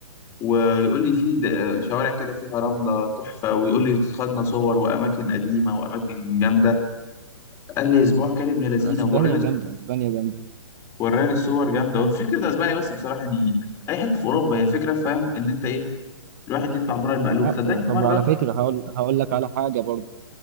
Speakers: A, on the left; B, on the right.
A: ويقول لي في د- شوارع كده فيها رملة تحفة ويقول لي خدنا صور وأماكن قديمة وأماكن جامدة قال لي اسبوع كان ابن لذينه
B: اسبانيا
A: ووراني الصور
B: جامده اسبانيا جامده
A: وراني الصور جامده هو فكره اسبانيا بس بصراحه يعني اي حته في اوروبا هي فكره فاهم ان انت ايه الواحد يطلع بره المألوف
B: اه
A: صدقني في
B: طب
A: مره
B: وعلى فكره هقول هقول لك على حاجه برضه